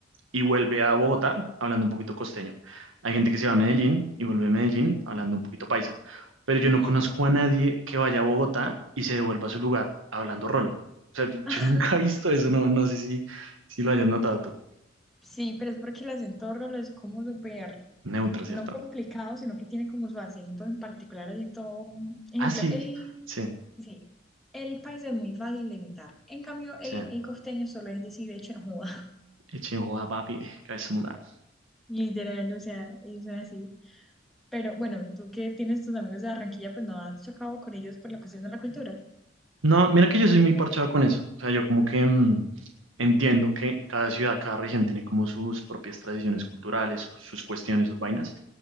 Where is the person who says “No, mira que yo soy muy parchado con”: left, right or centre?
Right